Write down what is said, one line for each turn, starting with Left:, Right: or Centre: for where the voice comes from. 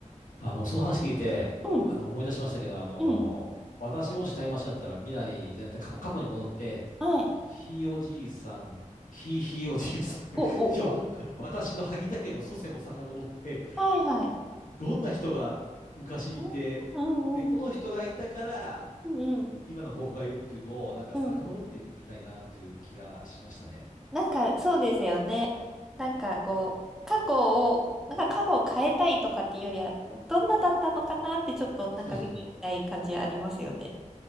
Left: あの、その話聞いて、
Centre: うん。
Left: あの、思い出しましたけど、あの、
Centre: うん。
Left: 私もしタイムマシンだったら未来じゃなくて過去、過去に戻って、
Centre: はい。
Left: ひいおじいさん、ひいひいおじいさん、
Centre: お、お、
Left: <laughs> 要は、
Centre: お。
Left: 私の萩田家の祖先を遡って、
Centre: はいはい。
Left: どんな人が昔いて、
Centre: うんうんうん。
Left: で、この人がいたから、
Centre: うんうん。
Left: 今の僕がいるっていうのを、なんか遡ってみたいなっていう気がしましたね。
Centre: うん。なんかそうですよね。なんかこう、過去を、なんか過去を変えたいとかっていうよりは、どんなだったのかなってちょっとなんか見に行きたい感じありますよね。
Left: そうそうそ